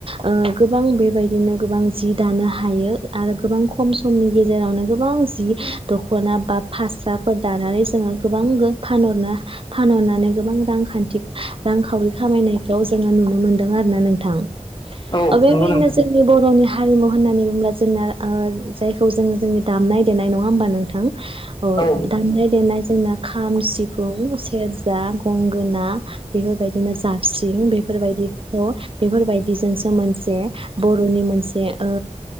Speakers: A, on the right; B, on the left.
A: ओ गोबां बेबायदिनो गोबां जि दानो हायो आरो गोबां खम समनि गेजेरावनो गोबां जि दख'ना बा फास्राफोर दानानै जोङो गोबां फानहरनो फानहरनानै गोबां रांखान्थि रांखावरि खामायनायखौ जोङो नुनो मोन्दों आरोना नोंथां।
B: औ
A: अ बेबायदिनो
B: नंगौ नोंथां
A: जोंनि बर हारिमु होननानै बुङोब्ला जोंना ओ जायखौ जों जोंनि दामनाय देनाय नङा होमबा नोंथां। अ
B: औ
A: दामनाय देनाय जोंना खाम सिफुं सेरजा गंगोना बेफोरबायदिनो जाबस्रिं बेफोरबायदिखौ बेफोरबायदि जोंसो मोन- से बर'नि मोनसे ओ